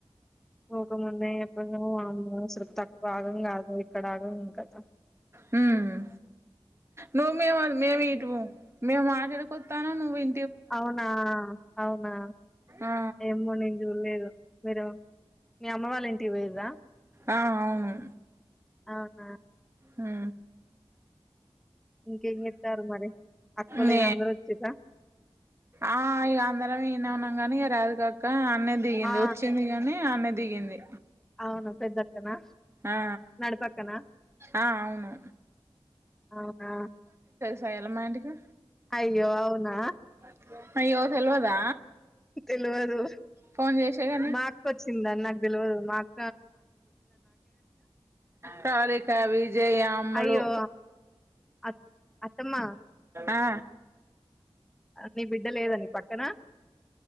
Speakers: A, in the centre; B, on the right.
A: పోకముందే ఎప్పటి నుంచో అమ్మే అసలు తక్కువ. ఆగం కాదు ఎక్కడ ఆగం ఏం కత
B: హమ్ నువే మే అ మేమే ఇటువొమ్. మేము మాట్లాడుకుతాను నువ్వు ఇ
A: అవునా అవునా
B: ఆ
A: ఏమో నెన్ చూడలేదు మీరు మీ అమ్మ వాళ్ళ ఏంటి పోయిన్రా.
B: ఆ అవును
A: అవునా
B: హ
A: ఇంకేం చెత్తారు మరి అక్కోళ్ళు
B: న
A: గిన అందరు వచ్చిర్రా
B: ఆ ఇ అందరము ఇడనే ఉన్నాము కాని ఇరాదికా అక్క నెన్దిగింది
A: ఆ
B: వచ్చింది కానీ అ దిగింది
A: అవునా పెద్దక్కనా
B: ఆ
A: నడిపక్కనా
B: ఆ అవును
A: అవునా
B: శైల మాంటికి
A: అయ్యో అవునా
B: <inaudible> అ్యయ్యో తెల్వదా
A: తెలియదు
B: ఫోన్ చేసేగా
A: మాకుచ్చిందాని నాకు తెలియదు మాకు
B: పవలిక విజయ్ అమ్లు
A: అయ్యో అ అత్తమ్మ
B: ఆ
A: నీ బిడ్డ లేదా నీ పక్కన